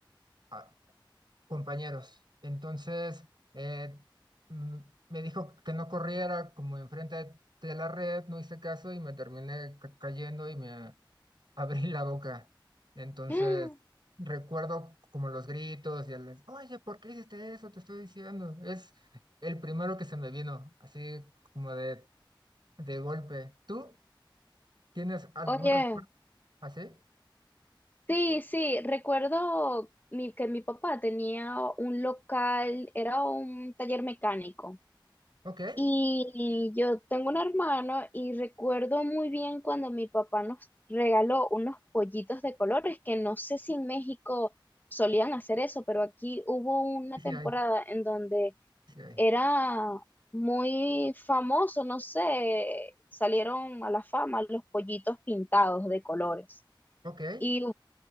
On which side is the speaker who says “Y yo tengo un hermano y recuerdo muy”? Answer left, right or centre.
Left